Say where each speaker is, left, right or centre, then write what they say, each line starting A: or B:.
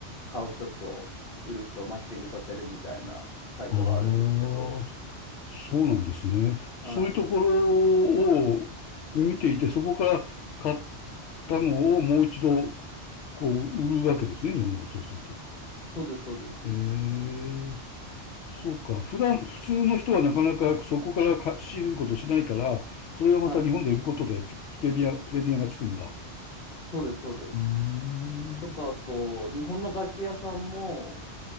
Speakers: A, on the left; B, on the left.
A: 買う人と売る人をマッチングさせるみたいなサイトがあるんですけど、
B: ああ、そそうなんですね。
A: はい。
B: そういうところを見ていて、そこから買ったのをもう一度こう売るわけですね、日本でそうすると。
A: そうです、そうです。
B: ええ、そうか。普段、普通の人はなかなかそこからか仕入れることをしないから、それをまた日本で売ることでピプレミア、
A: はい。
B: プレミアがつくんだ。
A: そうです、そうです。
B: うーん。
A: とか、あと、日本の楽器屋さんも、